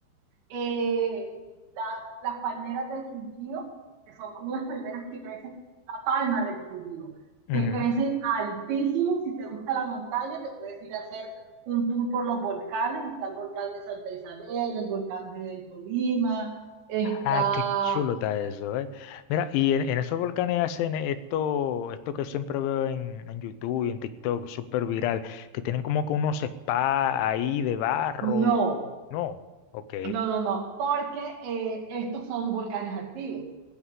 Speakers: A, on the right (about 70°); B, on the left (about 85°).
A: eh, la- las palmeras del Quindío, que son como las palmeras que crecen, la palma del Quindío,
B: ujú,
A: que crecen
B: ujú,
A: altísimo. Si te gusta la montaña, te puedes ir a hacer un tour por los volcanes. Está el volcán de Santa Isabel, el volcán del Tolima, está...
B: Ah, qué chulo está eso, ¿eh? Mira, y en, en esos volcanes hacen esto, esto que siempre veo en, en YouTube y en TikTok, súper viral, que tienen como que unos spas ahí de barro.
A: No,
B: No, ok.
A: no, no, no, porque eh, estos son volcanes activos.